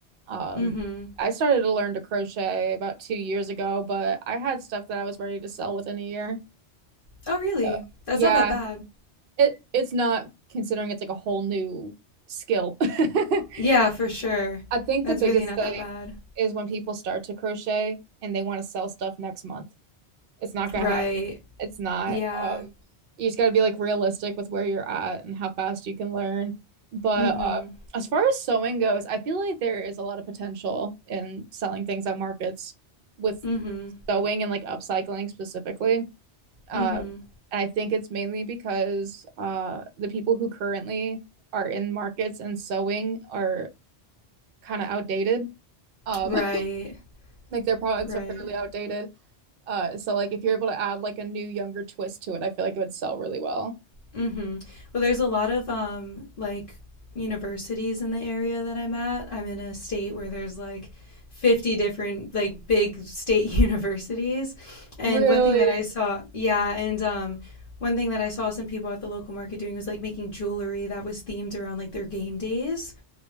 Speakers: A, on the right; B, on the left.
A: Um,
B: Mm-hmm.
A: I started to learn to crochet about two years ago, but I had stuff that I was ready to sell within a year.
B: Oh, really?
A: So,
B: That's
A: yeah,
B: not that bad.
A: it it's not considering it's like a whole new skill. <laughs>
B: Yeah, for sure.
A: I think
B: That's
A: the biggest
B: really not
A: thing
B: that bad.
A: is when people start to crochet and they want to sell stuff next month. It's not gonna
B: Right.
A: happen. It's not.
B: Yeah.
A: Um, you just got to be like realistic with where you're at and how fast you can learn. But
B: Mm-hmm.
A: um, as far as sewing goes, I feel like there is a lot of potential in selling things at markets with
B: Mm-hmm.
A: sewing and like upcycling specifically. Um,
B: Mm-hmm.
A: I think it's mainly because uh, the people who currently are in markets and sewing are kind of outdated. Um,
B: Right.
A: <laughs> Like their products
B: Right.
A: are fairly outdated. Uh, so like if you're able to add like a new younger twist to it, I feel like it would sell really well.
B: Mm-hmm. Well, there's a lot of um like universities in the area that I'm at. I'm in a state where there's like 50 different like big state <laughs> universities. And
A: Really?
B: one thing that I saw, yeah, and um one thing that I saw some people at the local market doing was like making jewelry that was themed around like their game days.